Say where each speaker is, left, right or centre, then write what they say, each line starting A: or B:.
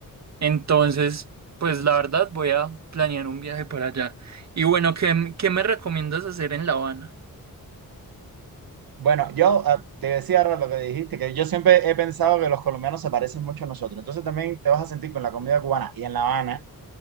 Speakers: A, on the right (about 50°); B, on the right (about 80°).
A: Entonces, pues, la verdad, voy a planear un viaje para allá. Y bueno, ¿qué, qué me recomiendas hacer en La Habana?
B: Bueno, yo eh, te decía ahora lo que dijiste, que yo siempre he pensado que los colombianos se parecen mucho a nosotros. Entonces también te vas a sentir con la comida cubana y en La Habana